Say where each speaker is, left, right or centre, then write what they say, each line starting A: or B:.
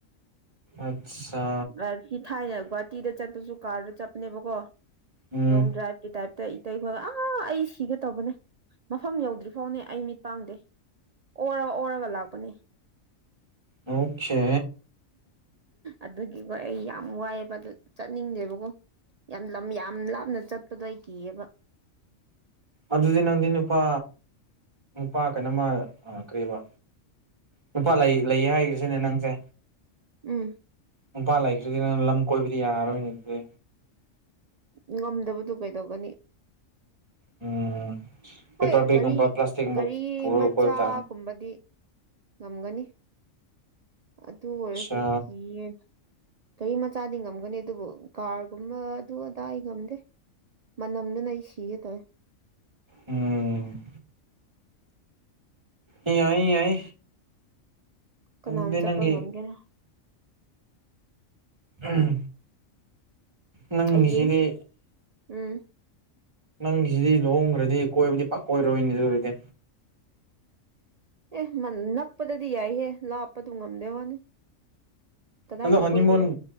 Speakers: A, on the right (about 20°); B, on the right (about 85°).
A: ꯑꯠꯆꯥ
B: ꯑꯥ ꯁꯤ ꯊꯥꯏꯅ ꯒꯨꯍꯥꯇꯤꯗ ꯆꯠꯄꯁꯨ ꯀꯥꯔꯗ ꯆꯠꯄꯅꯦꯕꯀꯣ
A: ꯎꯝ
B: ꯂꯣꯡ ꯗ꯭ꯔꯥꯏꯕꯀꯤ ꯇꯥꯏꯞꯇ ꯇꯩꯈꯣ ꯑꯥ ꯑꯩ ꯁꯤꯒꯦ ꯇꯧꯕꯅꯦ ꯃꯐꯝ ꯌꯧꯗ꯭ꯔꯤꯐꯥꯎꯅꯦ ꯑꯩ ꯃꯤ ꯄꯥꯡꯗꯦ ꯑꯣꯔ ꯑꯣꯔ ꯂꯥꯛꯄꯅꯤ
A: ꯑꯣꯈꯦ
B: ꯑꯗꯨꯒꯤꯀꯣ ꯑꯩ ꯌꯥꯝ ꯋꯥꯏꯑꯦꯕꯗꯨ ꯆꯠꯅꯤꯡꯗꯦꯕꯀꯣ ꯌꯥꯝ ꯂꯝ ꯌꯥꯝ ꯂꯥꯞꯅ ꯆꯠꯄꯗꯣ ꯑꯩ ꯀꯤꯌꯦꯕ
A: ꯑꯗꯨꯗꯤ ꯅꯪꯗꯤ ꯅꯨꯄꯥ ꯅꯨꯄꯥ ꯀꯩꯅꯣꯝꯃ ꯑ ꯀꯔꯤꯕ ꯅꯨꯄꯥ ꯂꯩ ꯂꯩꯌꯦ ꯍꯥꯏꯈ꯭ꯔꯤꯁꯤꯅꯦ ꯅꯪꯁꯦ
B: ꯎꯝ
A: ꯅꯨꯄꯥ ꯂꯩꯔꯤꯁꯨꯗꯤ ꯅꯪ ꯂꯝ ꯀꯣꯏꯕꯗꯤ ꯌꯥꯔꯣꯏꯅꯦ ꯑꯗꯨꯗꯤ
B: ꯉꯝꯗꯕꯗꯨ ꯀꯩꯗꯧꯒꯅꯤ
A: ꯎꯝ
B: ꯍꯣꯏ
A: ꯄꯦꯄꯔ ꯕꯦꯒꯀꯨꯝꯕ
B: ꯒꯥꯔꯤ
A: ꯄ꯭ꯂꯥꯁꯇꯤꯛꯀꯨꯝꯕ
B: ꯒꯥꯔꯤ
A: ꯄꯨꯔꯒ
B: ꯃꯆꯥꯒꯨꯝꯕꯗꯤ
A: ꯀꯣꯏꯕ ꯇꯥꯕꯅꯤ
B: ꯉꯝꯒꯅꯤ ꯑꯗꯨ ꯑꯣꯏꯔꯁꯨ
A: ꯑꯠꯁꯥ
B: ꯀꯤꯌꯦ ꯒꯔꯤ ꯃꯆꯥꯗꯤ ꯉꯝꯒꯅꯤ ꯑꯗꯨꯕꯨ ꯀꯥꯔꯒꯨꯝꯕ ꯑꯗꯨ ꯑꯗꯥ ꯑꯩ ꯉꯝꯗꯦ ꯃꯅꯝꯗꯨꯅ ꯑꯩ ꯁꯤꯒꯦ ꯇꯧꯋꯦ
A: ꯎꯝ ꯑꯦ ꯌꯥꯏ ꯌꯥꯏ
B: ꯀꯅꯥꯅ
A: ꯑꯗꯨꯗꯤ
B: ꯆꯠꯄ
A: ꯅꯪꯒꯤ
B: ꯉꯝꯒꯦꯔꯥ
A: ꯎꯝ ꯅꯪꯒꯤꯁꯤꯗꯤ
B: ꯑꯩꯒꯤ ꯎꯝ
A: ꯅꯪꯒꯤꯁꯤꯗꯤ ꯂꯨꯍꯣꯡꯒ꯭ꯔꯗꯤ ꯀꯣꯏꯕꯗꯤ ꯄꯥꯛꯀꯣꯏꯔꯣꯏꯅꯦ ꯑꯗꯨ ꯑꯣꯏꯔꯗꯤ
B: ꯑꯦ ꯅꯛꯄꯗꯗꯤ ꯌꯥꯏꯍꯦ ꯂꯥꯞꯄꯗꯨ ꯉꯝꯗꯦ ꯋꯥꯅꯤ ꯀꯗꯥꯏꯗ
A: ꯑꯗꯣ ꯍꯅꯤꯃꯨꯟ
B: ꯀꯣꯏꯒꯦꯔꯣ